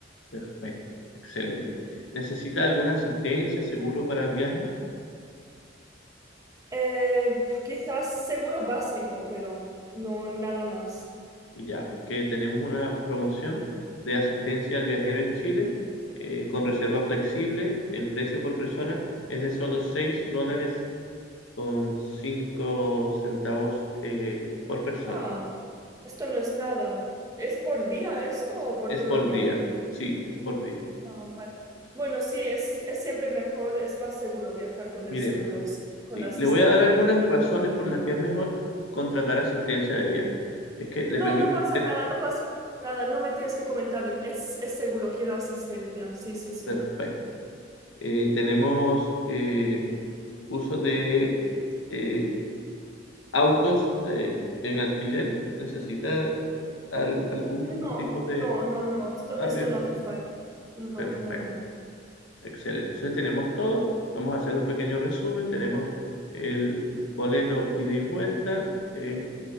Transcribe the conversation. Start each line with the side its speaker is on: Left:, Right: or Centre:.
Left: Perfecto, excelente. ¿Necesita alguna asistencia, seguro para el viaje?
Right: Eh, pf, quizás seguro básico, pero no nada más.
Left: Ya, porque tenemos una promoción de asistencia al viajero en Chile eh, con reserva flexible. El precio por persona es de solo seis dólares con cinco centavos eh, por persona.
Right: Ah, esto no es nada. ¿Es por día esto o por
Left: Es
Right: todo
Left: por
Right: el viaje?
Left: día, sí, es por día.
Right: Ah, vale. Bueno, sí, es, es siempre mejor, es más seguro viajar con
Left: Mire,
Right: el seguro, sí, con
Left: sí,
Right: la asistencia.
Left: le voy a dar algunas razones por las que es mejor contratar asistencia de viaje. Es que le
Right: No,
Left: permite
Right: no pasa
Left: tener,
Right: nada, no pasa nada, no me tienes que comentar, es, es seguro, quiero asistencia, sí, sí, sí.
Left: perfecto Eh, tenemos eh, uso de eh, autos eh, en alquiler. ¿Necesita al- algún
Right: No,
Left: tipo de
Right: no, no, no, esto,
Left: arriendo?
Right: esto no hace falta. No,
Left: Perfecto,
Right: no, no.
Left: excelente. Entonces tenemos todo. Vamos a hacer un pequeño resumen. Tenemos el boleto ida y vuelta en